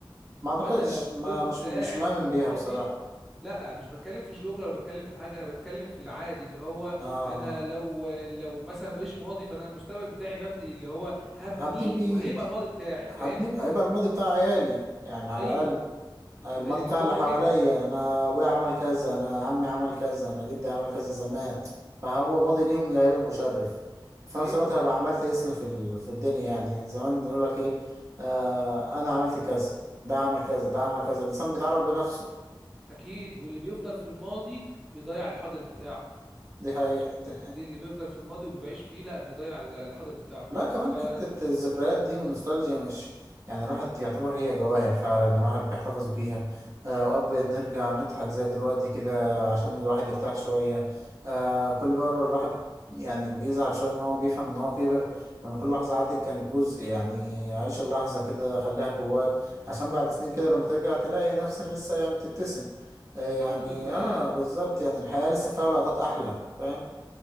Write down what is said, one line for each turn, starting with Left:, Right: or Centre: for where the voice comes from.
Right: ما أعتقدش
Centre: وانا لو فضلت
Right: ما مش
Centre: قاعد
Right: مش مؤمن
Centre: في الماضي
Right: بيها بصراحة
Centre: لا مش بتكلم في شغل ولا بتكلم في حاجه انا بتكلم في العادي اللي هو
Right: آه
Centre: انا
Right: آه.
Centre: لو لو مثلا ماليش ماضي فانا المستقبل بتاعي مبني اللي هو هبنيه
Right: هبني بإيدي
Centre: وهيبقى الماضي بتاعي فاهم
Right: هبني هيبقى الماضي بتاع عيالي يعني على
Centre: ايوه
Right: الأقل الماضي
Centre: اللي
Right: بتاع
Centre: هو
Right: اللي حواليا
Centre: كده
Right: انا ابويا عمل كذا انا عمي عمل كذا انا جدي عمل كذا زمان فهو ماضي ليهم هيبقى مشرف في
Centre: ايوه
Right: نفس الوقت هبقى عملت اسم في ال- في الدنيا يعني زمان يقول لك ايه آه انا عملت كذا ده عمل كذا ده عمل كذا الانسان بيتعرف بنفسه
Centre: اكيد واللي بيفضل في الماضي بيضيع الحاضر بتاعه
Right: دي حقيقة
Centre: عشان دي اللي بيفضل في الماضي وبيعيش فيه لا بيضيع الحاضر بتاعه
Right: لا كمان
Centre: فاكون
Right: حتة الذكريات دي والنوستالجيا مش يعني الواحد يعتبر هي جواهر فعلا الواحد بيحتفظ بيها آه وأوقات بنرجع نضحك زي دلوقتي كده عشان الواحد يرتاح شوية آه كل مرة الواحد يعني بيزعل شوية إن هو بيفهم إن هو كبر وإن كل لحظة عدت كانت جزء يعني عيش اللحظة كده خليها جواك عشان بعد سنين كده لما ترجع تلاقي نفسك لسه يعني بتبتسم آه يعني
Centre: ذكريات
Right: آه بالظبط يعني الحياة لسه فيها لقطات أحلى فاهم؟